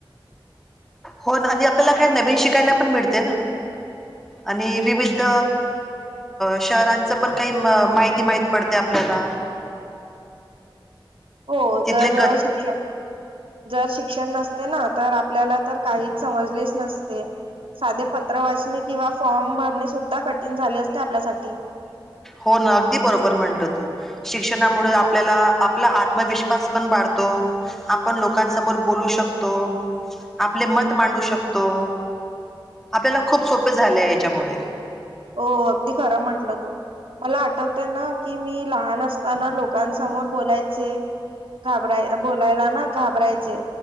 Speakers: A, in the centre; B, on the right.
A: हो ना आणि आपल्याला काही नवीन शिकायला पण मिडते ना. आणि विविध शहरांच पण काही माहिती माहीत पडते आपल्या- - ला.
B: <inaudible> हो
A: तिथले
B: जर
A: क-
B: शिक्षण, जर शिक्षण नसते ना तर आपल्याला तर काहीच समजलेच नसते. साधे पत्र वाचणे किंवा फॉर्म भरणे सुद्धा कठीण झाले असते आपल्यासाठी.
A: हो ना. अगदी बरोबर म्हटलं तू. शिक्षणामुळे आपल्याला आपला आत्मविश्वास पण वाढतो. आपण लोकांसमोर बोलू शक तो. आपले मत मांडू शकतो. आपल्याला खूप सोपे झालेय याच्यामुळे.
B: हो. अगदी खरा म्हटलं तू. मला आठवते ना की मी लहान असताना लोकांसमोर बोलायचे. घाबराय बोलायला ना घाबरायचे.